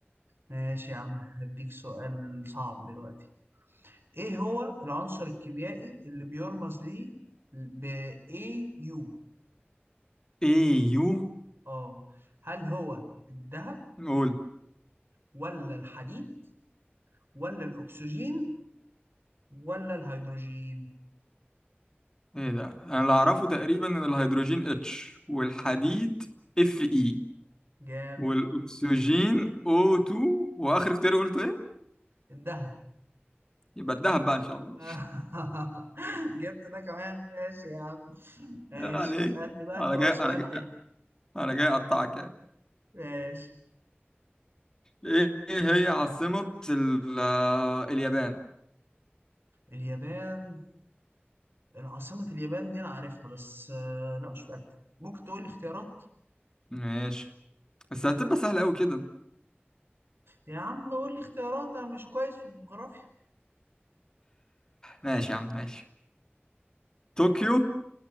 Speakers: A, on the right (about 65°); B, on the left (about 15°).
A: ماشي يا عم هديك سؤال صعب دلوقتي ايه هو العنصر الكيميائي اللي بيرمز ليه ب AU
B: إيه يو
A: اه هل هو الذهب
B: قول
A: ولا الحديد ولا الاكسجين ولا الهيدروجين
B: ايه ده انا اللي اعرفه تقريبا ان الهيدروجين اتش والحديد اف اي
A: جام
B: والاكسجين او 2 واخر اختيار قلت ايه
A: الذهب
B: يبقى الدهب بقى ان شاء الله
A: <laughs> جبت ده كمان ماشي يا عم ماشي
B: ايه عليك
A: اسألني بقى
B: انا
A: انت بقى
B: جاي
A: سؤال
B: انا جاي
A: حلو كده
B: انا جاي اقطعك يعني
A: ماشي
B: ايه إيه هي عاصمة ال- آه، اليابان
A: اليابان العاصمة اليابان دي انا عارفها بس آه، لا مش متأكد ممكن تقول لي اختيارات
B: ماشي بس هتبقى سهلة قوي كده
A: يا عم قول لي اختيارات انا مش كويس في الجغرافيا
B: ماشي يا عم ماشي طوكيو